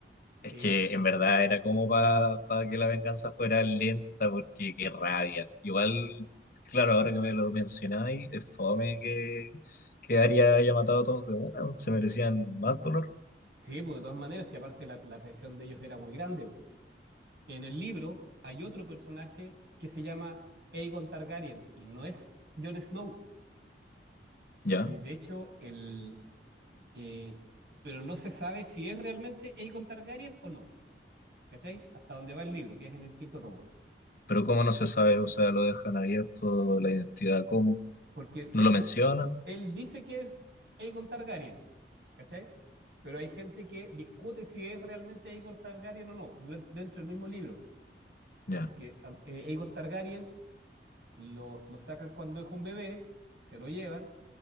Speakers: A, on the left; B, on the right.
A: Es
B: Eh,
A: que en verdad era como para que la venganza fuera lenta, porque qué rabia. Igual, claro, ahora que me lo mencionáis, es fome que, que Arya haya matado a todos de una, se merecían más dolor.
B: sí, pues de todas maneras, y aparte la, la traición de ellos era muy grande. En el libro hay otro personaje que se llama Aegon Targaryen y no es Jon Snow.
A: Ya,
B: Y de hecho, el, Eh, pero no se sabe si es realmente Aegon Targaryen o no, ¿cachai? Hasta donde va el libro, que es en el quinto tomo.
A: pero cómo no se sabe, o sea, lo dejan abierto, la identidad, ¿cómo?
B: Porque
A: No
B: él,
A: lo mencionan.
B: él dice que es Aegon Targaryen, ¿cachai? Pero hay gente que discute si es realmente Aegon Targaryen o no, durante- dentro del mismo libro.
A: Ya.
B: Porque eh, Aegon Targaryen lo, lo sacan cuando es un bebé, se lo llevan,